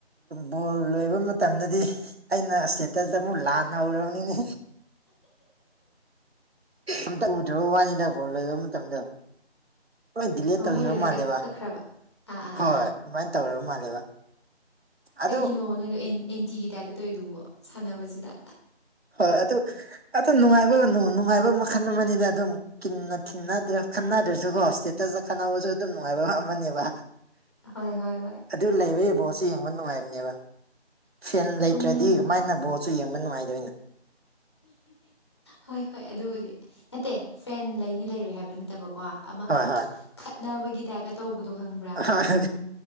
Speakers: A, on the right; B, on the left.
A: ꯕꯣꯜ ꯂꯣꯏꯕ ꯃꯇꯝꯗꯗꯤ ꯑꯩꯅ ꯏꯁꯇꯦꯠꯇꯗ ꯑꯃꯨꯛ ꯂꯥꯟꯅ ꯍꯧꯔꯕꯅꯤꯅꯦ ꯑꯝꯇ ꯎꯗ꯭ꯔꯕ ꯋꯥꯅꯤꯗ ꯐꯣꯟ ꯂꯧꯕ ꯃꯇꯝꯗ ꯂꯣꯏ ꯗꯤꯂꯦ
B: ꯑꯣ
A: ꯇꯧꯈꯤꯕ
B: ꯃꯣꯏ ꯂꯣꯏꯅ
A: ꯃꯥꯜꯂꯦꯕ
B: ꯀꯛ ꯀꯛꯈ꯭ꯔꯕ ꯑꯥ ꯑꯥ
A: ꯍꯣꯏ
B: ꯑꯥ ꯑꯥ
A: ꯑꯗꯨꯃꯥꯏꯅ ꯇꯧꯔꯕ ꯃꯥꯜꯂꯦꯕ ꯑꯗꯨ
B: ꯀꯩꯒꯤꯅꯣ ꯅꯣꯏꯗꯣ ꯑꯦꯟꯇꯤꯒꯤ ꯇꯥꯏꯞꯇ ꯇꯧꯋꯤꯗꯨꯕꯣ ꯁꯥꯟꯅꯕꯁꯤꯗ
A: ꯍꯣꯏ ꯑꯗꯨ ꯑꯗꯨ ꯅꯨꯡꯉꯥꯏꯕ ꯅꯨꯡꯉꯥꯏꯕ ꯃꯈꯜ ꯑꯃꯅꯤꯅ ꯑꯗꯨꯝ ꯊꯤꯗ꯭ꯔ ꯈꯟꯅꯗ꯭ꯔꯁꯨꯒꯣ ꯍꯣꯁꯇꯦꯠꯇ ꯈꯟꯅꯅꯕꯁꯨ ꯑꯗꯨꯝ ꯅꯨꯡꯉꯥꯏꯕ ꯑꯃꯅꯦꯕ
B: ꯍꯣꯏ ꯍꯣꯏ ꯍꯣꯏ
A: ꯑꯗꯨ ꯂꯩꯕꯒꯤ ꯕꯣꯠꯁ ꯌꯦꯡꯕ ꯅꯨꯡꯉꯥꯏꯕꯅꯦꯕ ꯐꯦꯟ ꯂꯩꯇ꯭ꯔꯗꯤ
B: ꯎꯝ
A: ꯀꯃꯥꯏꯅ ꯕꯣ ꯁꯨ ꯌꯦꯡꯕ ꯅꯨꯡꯉꯥꯏꯗꯣꯏꯅꯦ
B: ꯍꯣꯏ ꯍꯣꯏ ꯑꯗꯨꯕꯨꯗꯤ ꯅꯠꯇꯦ ꯐ꯭ꯔꯦꯟ ꯂꯩꯅꯤ ꯂꯩꯔꯣꯏ ꯍꯥꯏꯕ ꯅꯠꯇꯕꯀꯣ ꯑꯃ
A: ꯍꯣꯏ ꯍꯣꯏ
B: ꯈꯠꯅꯕꯒꯤ ꯇꯥꯏꯞꯇ ꯇꯧꯕꯗꯣ ꯈꯪꯕ
A: ꯑꯣꯏ